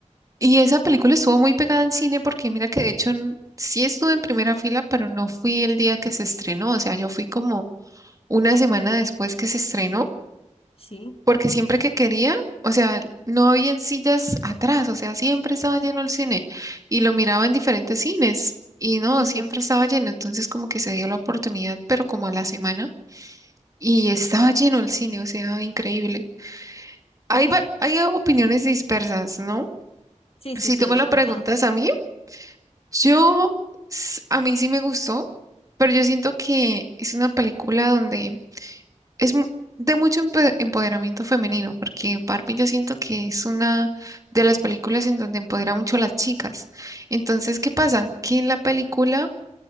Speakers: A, on the right; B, on the left.
A: Y esa película estuvo muy pegada en cine porque mira que de hecho n- sí estuve en primera fila, pero no fui el día que se estrenó. O sea, yo fui como una semana después que se estrenó,
B: Sí,
A: porque siempre que quería, o sea, no había sillas atrás, o sea, siempre estaba lleno el cine y lo miraba en diferentes cines y no,
B: sí,
A: siempre
B: sí.
A: estaba lleno. Entonces como que se dio la oportunidad, pero como a la semana y estaba lleno el cine, o sea, increíble. Hay,
B: <laughs>
A: va- hay opiniones dispersas, ¿no?
B: Sí,
A: Si
B: sí, sí,
A: tú
B: he
A: me
B: escuchado.
A: lo preguntas a mí, yo, s- a mí sí me gustó, pero yo siento que es una película donde es mu- de mucho empe- empoderamiento femenino, porque Barbie yo siento que es una de las películas en donde empodera mucho a las chicas. Entonces, ¿qué pasa? Que en la película,